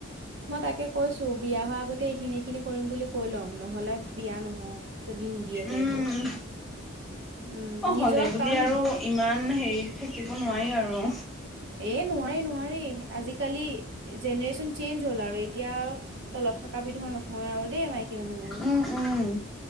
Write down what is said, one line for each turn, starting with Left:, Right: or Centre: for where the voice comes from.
Right: মই তাকে কৈছো বিয়া হোৱা আগতে এইখিনি এইখিনি কৰিম বুলি কৈ ল'ম নহ'লে বিয়া নহও যদি নিদিয়ে কৰিব।
Centre: উম
Right: উম
Centre: অ
Right: নিজৰ
Centre: হ'লে বুলি
Right: কাৰণ
Centre: আৰু ইমান হেৰিত থাকিব নোৱাৰি আৰু
Right: এ নোৱাৰি নোৱাৰি আজিকালি জেনেৰেশ্যন চেইঞ্জ হ'ল আৰু এতিয়া আৰু তলত থকা বিধৰ নহয় আৰু দেই মাইকী মানুহবোৰ
Centre: উম উম